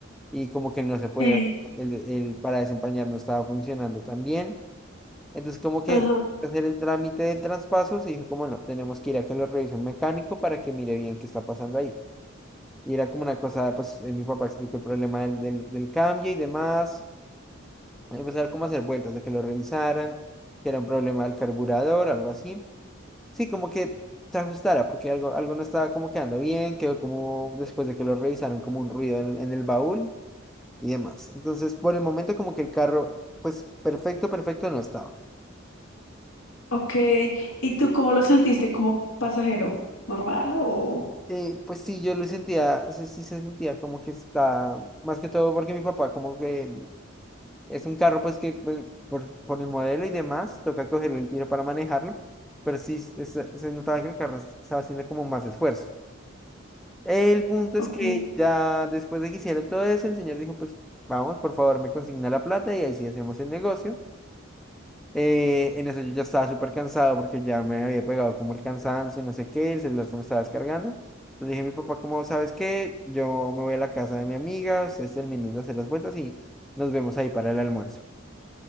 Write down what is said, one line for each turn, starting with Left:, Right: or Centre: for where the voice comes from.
Centre: y como que no se podía,
Left: sí.
Centre: el, el para desempañar no estaba funcionando tan bien. Entonces, como que
Left: Ajá.
Centre: hacer el trámite del traspaso, se dijo como no, tenemos que ir a que lo revise un mecánico para que mire bien qué está pasando ahí. Y era como una cosa, pues eh, mi papá explicó el problema del, del, del cambio y demás. Empezar como a hacer vueltas de que lo revisaran, que era un problema del carburador, algo así. Sí, como que se ajustara, porque algo, algo no estaba como quedando bien, quedó como después de que lo revisaron como un ruido en, en el baúl y demás. Entonces, por el momento como que el carro, pues perfecto, perfecto no estaba.
Left: Ok. ¿Y tú cómo lo sentiste? ¿Como pasajero? ¿Normal o...?
Centre: Eh, pues sí, yo lo sentía, sí, sí se sentía como que está, más que todo porque mi papá como que es un carro pues que pues, por, por el modelo y demás, toca cogerlo el tiro para manejarlo, pero sí se, se- se notaba que el carro estaba haciendo como más esfuerzo. El punto
Left: Ok.
Centre: es que ya después de que hicieron todo eso, el señor dijo pues vamos, por favor, me consigna la plata y ahí sí hacemos el negocio. Eh, en eso yo ya estaba súper cansado porque ya me había pegado como el cansancio y no sé qué, el celular se me estaba descargando. Le dije a mi papá, como sabes qué? Yo me voy a la casa de mi amiga, ustedes terminen de hacer las vueltas y nos vemos ahí para el almuerzo.